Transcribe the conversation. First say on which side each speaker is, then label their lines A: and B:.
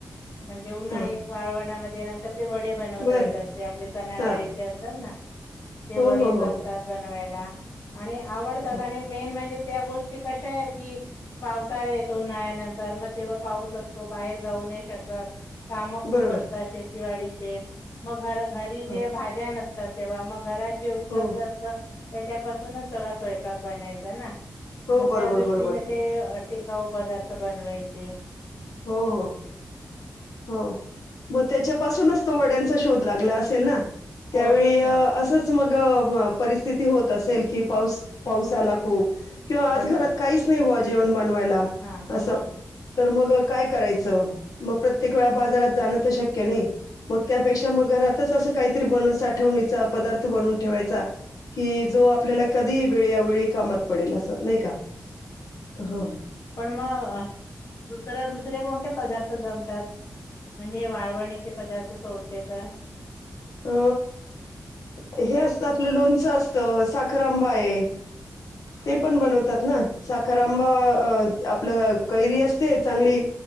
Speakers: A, on the left; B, on the left.
A: म्हणजे घेऊन
B: हां,
A: आहे वाळवणामध्ये नंतर ते वडे बनवता
B: बरं.
A: येतात ते आपले चणा
B: हां.
A: डाळीचे असतात ना. ते
B: हो,
A: वडे
B: हो,
A: जमतात
B: हो.
A: बनवायला आणि आवडतात
B: हां,
A: आणि मेन म्हणजे त्या गोष्टी कशा आहे की पावसाळा येतो उन्हाळ्यानंतर मग तेव्हा पाऊस असतो बाहेर जाऊ नाही शकत. काम खूप
B: बरोबर.
A: असतात शेतीवाडीचे मग घर घरी जे
B: हो,
A: भाज्या नसत तेव्हा मग घरात जे उपलब्ध
B: हो,
A: असत त्याच्यापासूनच सगळा स्वयंपाक बनायच. च ना,
B: हो.
A: मग
B: बरोबर,
A: त्या दृष्टीने
B: बरोबर.
A: ते टिकाऊ पदार्थ बनवायचे.
B: हो हो. हो मग त्याच्यापासूनच तो वड्यांचा शोध लागला असेल ना. त्यावेळी
A: हो तेच ना
B: असंच मग परिस्थिती होत असेल की पाऊस पाऊस आला खूप किंवा आज
A: बरोबर
B: घरात काही नाही भा जेवण बनवायला
A: हा
B: असं
A: मग
B: तर मग काय करायचं? मग प्रत्येक वेळा बाजारात जाणं तर शक्य नाही मग त्यापेक्षा मग घरातच असं काहीतरी बनून साठवणीचा पदार्थ बनवून ठेवायचा. कि जो आपल्याला कधी वेळ अवेळी कामात पडेल असं नाही का, हो
A: पण म दुसऱ्या दुसऱ्या कोणत्या पदार्थ जमतात? म्हणजे हे वाळवणीचे पदार्थ सोडले तर
B: अ हे असतं आपलं लोणचं असतं साखर आंबा आहे ते पण बनवतात ना साखर आंबा आपलं कैरी असते चांगली